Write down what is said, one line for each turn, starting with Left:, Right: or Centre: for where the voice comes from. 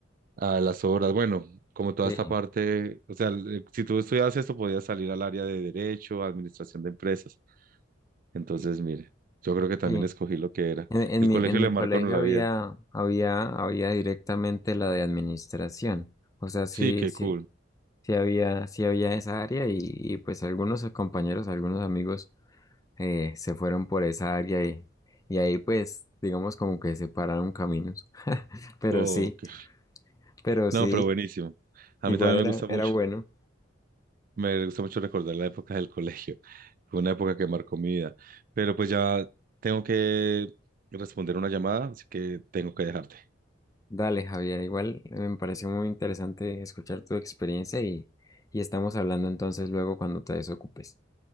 Right: a las obras. Bueno, como toda
Left: Sí,
Right: esta parte, o sea, el- si tú estudias esto, podías salir al área de derecho, administración de empresas. Entonces, mire, yo creo que también
Left: sí.
Right: escogí lo que era.
Left: En, en
Right: El
Left: mi,
Right: colegio
Left: en
Right: le
Left: mi
Right: marca
Left: colegio
Right: a uno la
Left: había,
Right: vida.
Left: había, había directamente la de administración. O sea, sí,
Right: Sí, qué
Left: sí,
Right: cool.
Left: sí había, sí había esa área y, y pues algunos compañeros, algunos amigos eh, se fueron por esa área y, y ahí pues digamos como que separaron caminos. <laughs> Pero
Right: Oh,
Left: sí,
Right: qué-
Left: pero sí,
Right: No, pero buenísimo. A
Left: igual
Right: mí también
Left: era,
Right: me gusta mucho.
Left: era bueno.
Right: Me gusta mucho recordar la época del colegio. <laughs> Fue una época que marcó mi vida. Pero pues ya tengo que responder una llamada, así que tengo que dejarte.
Left: Dale, Javier, igual me pareció muy interesante escuchar tu experiencia y, y estamos hablando entonces luego cuando te desocupes.